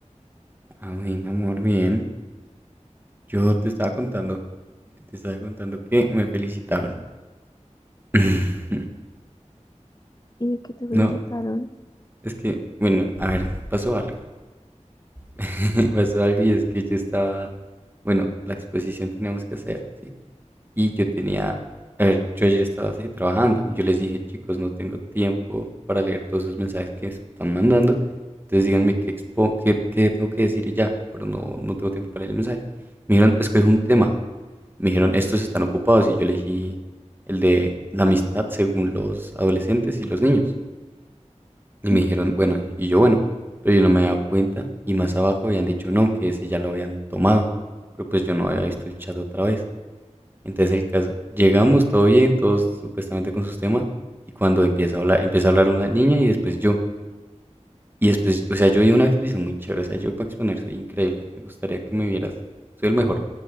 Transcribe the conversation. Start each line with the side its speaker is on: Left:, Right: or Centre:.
Right: Ah, bueno, amor, bien. Yo te estaba contando, te estaba contando que me felicitaron. <laughs>
Left: Y de que te felicitaron.
Right: No, es que, bueno, a ver, pasó algo. <laughs> Pasó algo y es que yo estaba, bueno, la exposición teníamos que hacer, ¿sí? Y yo tenía, a ver, yo ayer estaba así trabajando. Yo les dije, chicos, no tengo tiempo para leer todos esos mensajes que se están mandando. Entonces díganme qué, expo qué, qué tengo que decir y ya, pero no, no tengo tiempo para leer el mensaje. Me dijeron, es que es un tema. me dijeron, estos están ocupados y yo elegí el de la amistad según los adolescentes y los niños. Y me
Left: en
Right: dijeron, bueno, y- y yo, bueno, pero yo no me había dado cuenta y más abajo habían dicho no, que ese ya lo habían tomado, pero pues yo no había visto el chat otra vez. Entonces el caso, llegamos todo bien, todos supuestamente con sus temas y cuando empieza a hablar, empieza a hablar una niña y después yo. Y después, o sea, yo di una exposición muy chévere, o sea, yo para exponer soy increíble, me gustaría que me vieras, soy el mejor,